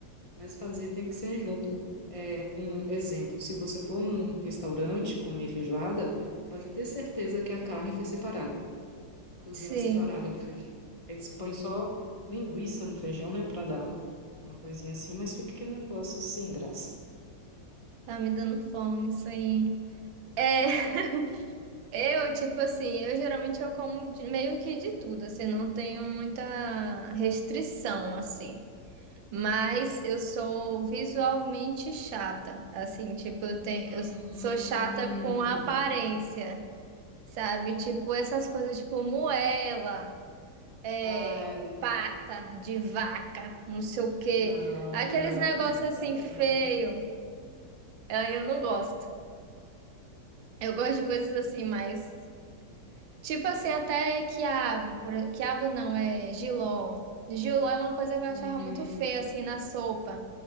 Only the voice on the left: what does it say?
mas fazer tem que ser junto. É um exemplo, se você for num restaurante comer feijoada, pode ter certeza que a carne foi separada, cozinha
separada do feijão. Eles põem só linguiça no feijão, né, para dar uma coisinha assim, mas fica aquele negócio sem graça.
Hum,
ah, não,
não,
não,
não
dá.
Hum,